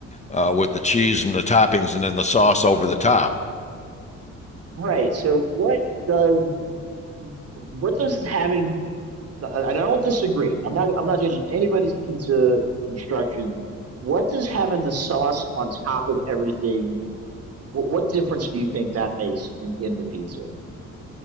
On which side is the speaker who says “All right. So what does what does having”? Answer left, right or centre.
Right